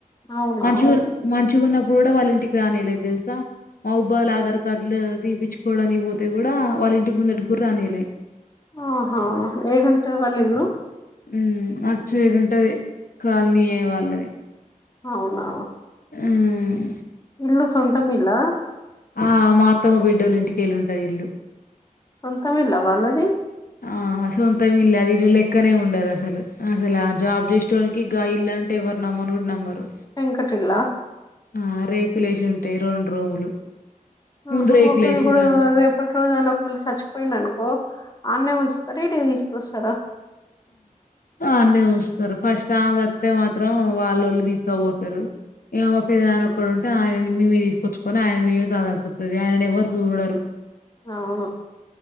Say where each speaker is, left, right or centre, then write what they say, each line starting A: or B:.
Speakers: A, on the left; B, on the left.
A: అవునా
B: మంచుగున్ మంచ్ మంచిగా ఉన్నపుడు కూడా వాళ్ళ ఇంటికి రానియలేదు తెలుసా. మాబాదుల ఆధార్ కార్డులు తీయిచుకోవడానికి పోతే కూడా వాళ్ళ ఇంటి ముందడిగుర రానియలే.
A: ఆహ్ హా ఏడుంటది వాల్ ఇల్లు
B: ఉహ్మ్ అటు సైడ్ ఉంటది. కాలనీయ్యే వాళ్ళది.
A: అవున
B: ఉహ్మ్
A: ఇల్లు సొంతం ఇల్లా
B: ఆహ్ మా అత్తమ్మ బిడ్డోలు ఇంటికెల్లి ఉంటది. ఇల్లు
A: సొంతం ఇల్లా వాళ్ళది.
B: ఆ సొంతం ఇల్లె అది ఇల్లు లెక్కనే ఉండదు అసలు. అసల ఆ జాబ్ చేసేటోనికి గా ఇల్లు అంటే ఎవరు నమ్మని గూడా నమ్మరు.
A: యేనకటిల్ల
B: ఆహ్ రేకులేసి ఉంటాయి. రెండు రూములు ముందు
A: ఆహ
B: రేకులేసిరన్
A: ఒకటి ఇప్పుడు రేపటి రోజు ఆయన ఒకవేళ చచ్చిపోయిండనుకో అన్నే ఉంచుతార. ఇడికి తీసుకొస్తారా.
B: అన్నే ఉంచుతారు. ఫస్ట్ ఆమెసతే మాత్రం వాల్లో ళ్ళు తీసుకపోతారు. ఇగా మా పెద్ద నాన ఒక్కడు ఉంటే ఆయన్నీ మేమ తీసుకొచ్చుకొని. ఆయన్నీ మేమే చదాల్సివతది ఆయననీ ఎవ్వరు చూడరు.
A: అవును